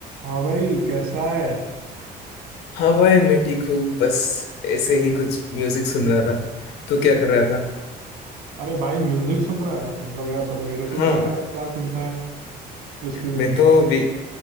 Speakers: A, on the right; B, on the left.
A: हाँ भाई कैसा है
B: हाँ भाई मैं ठीक हूँ बस ऐसे ही कुछ म्यूजिक सुन रहा था तू क्या कर रहा था
A: अरे भाई म्यूजिक सुन रहा है मतलब यार बड़ी मेरे को
B: हाँ
A: भी बता यार क्या सुनता है किसकी सुनता
B: मैं तो
A: है
B: वी,